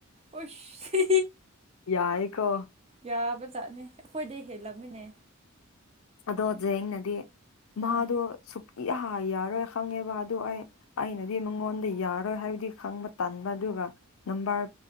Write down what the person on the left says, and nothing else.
ꯌꯥꯏꯀꯣ
ꯑꯗꯣꯖꯦꯡꯅꯗꯤ ꯃꯥꯗꯨꯣ
ꯏꯍꯥ ꯌꯥꯔꯣꯏ ꯈꯪꯉꯦꯕ ꯑꯗꯨ ꯑꯩ ꯑꯩꯅꯗꯤ ꯃꯉꯣꯟꯗ ꯌꯥꯔꯣꯏ ꯍꯥꯏꯕꯗꯤ ꯈꯪꯕ ꯇꯟꯥꯟꯕꯗꯨ ꯕꯥꯔ